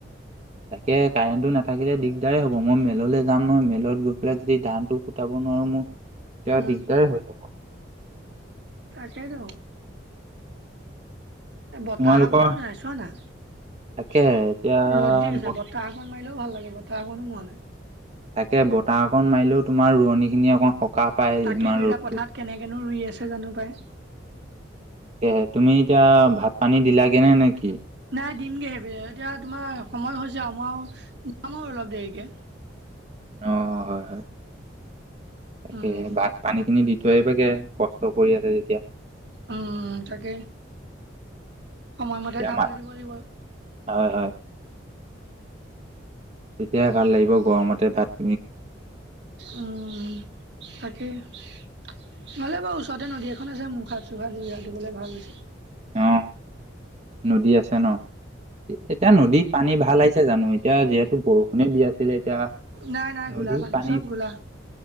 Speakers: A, on the right; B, on the right.
A: তাকে কাৰেণ্টটো নাথাকিলে দিগদাৰে হ'ব মই মিললৈ যাম নহয়, মিলত গৈ পেলাই যদি ধানটো কুটাব নোৱাৰো মোৰ এতিয়া
B: উম
A: দিগদাৰে হৈ যাব
B: তাকে টো বতাহ
A: তোমালোকৰ
B: অকণমানো নাই চোৱা নাই,
A: তাকে এতিয়া
B: ৰ'দ দি আছে
A: ব
B: বত বতাহ অকণ মাৰিলেও ভাল লাগে বতাহ অকনো মৱা নাই
A: তাকে বতাহ অকণ মাৰিলেও তোমাৰ ৰোৱনী খিনি অকণমান সকাহ পায়
B: তাকে
A: ইমান
B: টো এতিয়া
A: ৰ'দটোত
B: পথাৰত নো কেনেকেনো ৰুই আছে জানো পাই
A: তাকে তুমি এতিয়া ভাত পানী দিলাগে নে নেকি
B: নাই দিমগেহে সেইব এতিয়া তোমাৰ সময় হৈছে আও মই আও যাম আৰু অলপ দেৰিকে
A: অ হয় হয় তাকেহে
B: উম
A: ভাত পানী খিনি দি থৈ আহিবা গে কষ্ট কৰি আছে যেতিয়া
B: উম তাকেই সময়মতে
A: এতিয়া
B: খাবলে
A: মাত
B: দিব লাগিব আৰু
A: হয় হয় তেতিয়াহে ভাল লাগিব গৰমতে ভাত
B: উম তাকে নহ'লে বাৰু ওচৰতে নদী এখন আছে মুখ হাত চুক হাত ভৰি হাত ধুবলে ভাল হৈছে
A: অ নদী আছে ন এতিয়া নদীত পানী ভাল আহিছে জানো এতিয়া যিহেতু বৰষুণে দি আছিলে এতিয়া
B: নাই নাই
A: নদীৰ
B: ঘোলা
A: পানী
B: চব ঘোলা